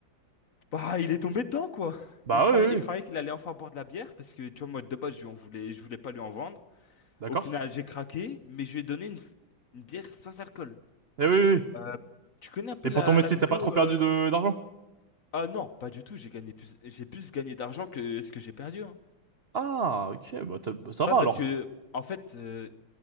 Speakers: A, on the left; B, on the right.
A: Bah, il est tombé dedans, quoi.
B: Bah
A: Il croyait,
B: oui, oui,
A: il
B: oui.
A: croyait qu'il allait enfin boire de la bière parce que, tu vois, moi, de base, je lui en voulais, je voulais pas lui en vendre.
B: D'accord.
A: Au final, j'ai craqué, mais je lui ai donné une, f- une bière sans alcool.
B: Eh oui, oui, oui.
A: Euh, tu connais un peu
B: Et
A: la,
B: pour ton métier,
A: la vidéo
B: t'as pas trop perdu
A: euh
B: de d'argent?
A: Ah non, pas du tout. J'ai gagné plus, j'ai plus gagné d'argent que ce que j'ai perdu. hein.
B: Ah, ok. Bah, t'as- bah, ça
A: Ouais,
B: va,
A: parce
B: alors.
A: que, en fait, euh,